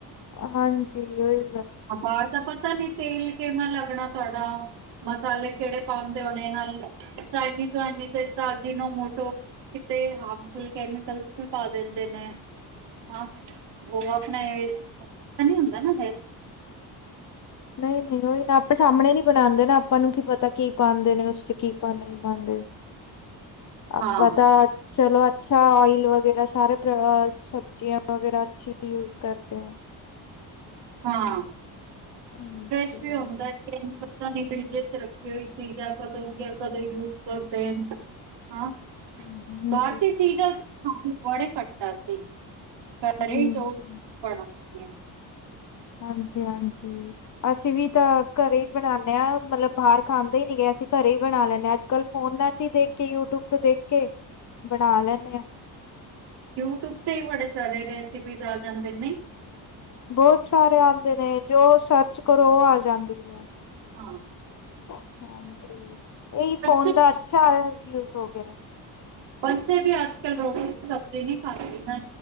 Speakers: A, on the left (about 45°); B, on the right (about 70°).
A: ਹਾਂਜੀ ਓਈ।
B: ਬਾਹ ਤਾਂ ਪਤਾ ਨੀ ਤੇਲ ਕਿਵਾਂ ਲੱਗਣਾ ਤੁਹਾਡਾ ਮਸਾਲੇ ਕਿਹੜੇ ਪਾਉਣਦੇ ਹੋਣੇ ਇਹ ਨਾਲ ਸਾਡੀ ਚਾਈਨੀਜ਼ ਚਨੀ ਤਾਜ਼ੀ ਅਜੀਨੋਮੋਟੋ ਕਿਤੇ ਹਾਰਮਫੁਲ ਕੈਮੀਕਲਸ ਵੀ ਪਾ ਦਿੰਦੇ ਨੇ ਹਾਂ ਬਹੁਤ ਨੇ ਆਪਣਾ ਨੀ ਹੁੰਦਾ ਨਾ
A: ਨਹੀਂ -ਨਹੀਂ ਉਹੀ ਨਾ ਆਪਣੇ ਸਾਹਮਣੇ ਨੀ ਬਣਾਉਂਦੇ ਨਾ ਆਪਾਂ ਨੂੰ ਕੀ ਪਤਾ ਕੀ ਪਾਉਂਦੇ ਨੇ ਉਸ ਚ ਕੀ ਪ ਨਹੀਂ ਆਪਾਂ
B: ਹਾਂ
A: ਤਾਂ ਚਲੋ ਅੱਛਾ ਆਇਲ ਵਗੈਰਾ ਸਾਰੇ ਸਬਜ਼ੀਆਂ ਵਗੈਰਾ ਅੱਛੀ ਯੂਜ ਕਰਦੇ ਆ
B: ਹਾਂ
A: ਹਾਂਜੀ।
B: ਏਸ ਵੀ ਹੁੰਦਾ ਤਾ ਫਰਿਜ ਚ ਰੱਖੀ ਹੋਈ ਚੀਜ਼ਾਂ ਜਿਆਦਾ ਦੇਰ ਨਹੀਂ ਆਪਾ ਯੂਜ ਕਰਦੇ ਹਾਂ
A: ਹਮ
B: ਬਾਹਰ ਦੀ ਚੀਜਾਂ ਚ ਬੜੇ ਘਟਾ ਸੀ ਘਰੇ
A: ਹਮ
B: ਉਹ ਬ <unintelligible>
A: ਹਾਂਜੀ ਹਾਂਜੀ ਅਸੀਂ ਵੀ ਤਾਂ ਘਰੇ ਬਣਾਉਦੇ ਹਾਂ ਮਤਲਬ ਬਾਹਰ ਖਾਂਦੇ ਹੀ ਨਹੀਂ ਅਸੀਂ ਘਰੇ ਹੀ ਬਣਾ ਲੈਂਦੇ ਹਾਂ ਅੱਜ ਕੱਲ੍ਹ ਫੋਨਾਂ ਚ ਹੀ ਦੇਖ ਕੇ, ਯੂਟਿਊਬ ਤੋਂ ਦੇਖ ਕੇ। ਬਣਾ ਲੈਂਨੇ ਆ
B: ਯੂਟਿਊਬ ਤੇ ਹੀ ਬੜੇ ਸਾਰੇ ਰੈਸਪੀਜ਼ ਆ ਜਾਂਦੇ ਨੇ ਨਈ
A: ਬਹੁਤ ਸਾਰੇ ਆਉਂਦੇ ਨੇ ਜੋ ਸਰਚ ਕਰੋ ਉਹ ਆ ਜਾਂਦੀ ਏ
B: ਹਾਂ
A: ਹਾਂਜੀ ਇਹੀ
B: ਬੱਚੇ
A: ਫੋਨ ਦਾ ਅੱਛਾ ਯੂਜ ਹੋ ਗਿਆ।
B: ਬੱਚੇ ਵੀ ਅੱਜ ਕੱਲ੍ਹ ਰੋਟੀ, ਸਬਜ਼ੀ ਨਹੀਂ ਖਾਂਦੇ ਹਨ